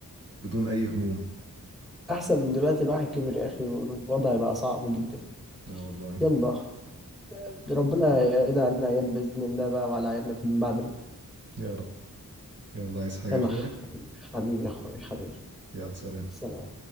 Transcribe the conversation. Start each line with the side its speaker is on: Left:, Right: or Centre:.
Right: بدون اي هموم
Centre: احسن من دلوقتي الواحد كبر يا اخي والوضع بقى صعب جدا
Right: اه والله
Centre: يلا ربنا يعيد علينا أيام بإذن الله بقى وعلى عيالنا في من بعدنا
Right: يا رب يلا عايز حاجه
Centre: يلا
Right: يا اخويا
Centre: حبيبي حبيبي يا أخوي حبيبي
Right: يلا سلام
Centre: سلام